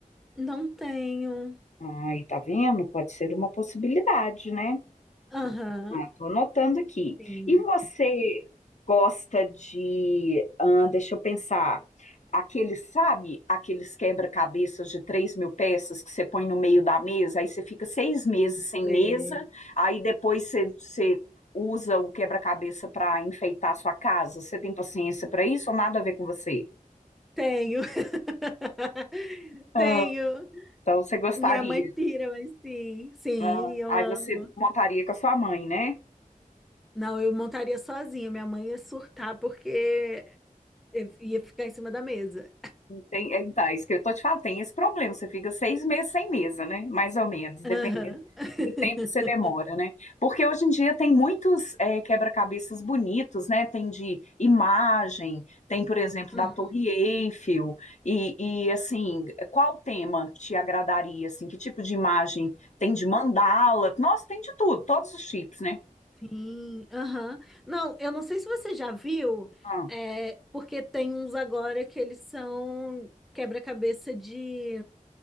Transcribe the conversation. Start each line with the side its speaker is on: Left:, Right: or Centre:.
Centre: Não tenho.
Left: Ai, tá vendo? Pode ser uma possibilidade, né?
Centre: Aham.
Left: Ah, tô anotando aqui.
Centre: Sim.
Left: E você gosta de, ah, deixa eu pensar, aqueles, sabe, aqueles quebra-cabeças de três mil peças que você põe no meio da mesa, aí você fica seis meses sem mesa,
Centre: é,
Left: aí depois você, você usa o quebra-cabeça para enfeitar a sua casa. Você tem paciência para isso ou nada a ver com você?
Centre: Tenho. <laughs>
Left: Ah,
Centre: Tenho.
Left: então você gostaria.
Centre: Minha mãe pira, mas sim. Sim,
Left: Ah,
Centre: eu
Left: aí
Centre: amo.
Left: você montaria com a sua mãe, né?
Centre: Não, eu montaria sozinha. Minha mãe ia surtar porque eu ia ficar em cima da mesa.
Left: Tem, é, tá, isso que eu tô te falando, tem esse problema, você fica seis meses sem mesa, né? Mais ou menos,
Centre: Aham.
Left: dependendo
Centre: <laughs>
Left: do tempo que você demora, né? Porque hoje em dia tem muitos é, quebra-cabeças bonitos, né? Tem de imagem, tem, por exemplo,
Centre: Uhum,
Left: da Torre Eiffel, e, e assim, qual tema te agradaria, assim? Que tipo de imagem? Tem de mandala? Nossa, tem de tudo, todos os tipos, né?
Centre: Sim, aham. Não, eu não sei se você já viu,
Left: Ah,
Centre: é, porque tem uns agora que eles são quebra-cabeça de.